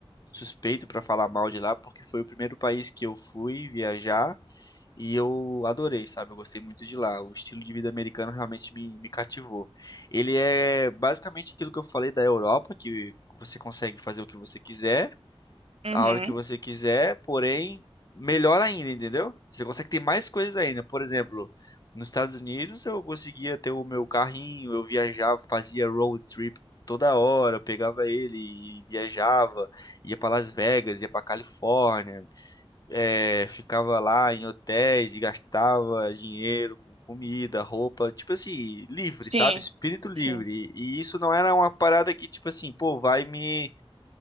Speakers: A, on the left; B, on the right.
A: suspeito para falar mal de lá, porque foi o primeiro país que eu fui viajar E eu adorei, sabe? Eu gostei muito de lá. O estilo de vida americano realmente me, me cativou. Ele é basicamente aquilo que eu falei da Europa, que você consegue fazer o que você quiser,
B: Uhum.
A: a hora que você quiser, porém, melhor ainda, entendeu? Você consegue ter mais coisas ainda. Por exemplo, nos Estados Unidos eu conseguia ter o meu carrinho, eu viajava, fazia road trip toda hora, eu pegava ele e viajava, ia para Las Vegas, ia para Califórnia é, ficava lá em hotéis e gastava dinheiro com comida, roupa, tipo assim, livre,
B: Sim,
A: sabe? Espírito livre.
B: sim,
A: E isso não era uma parada que, tipo assim, pô, vai me.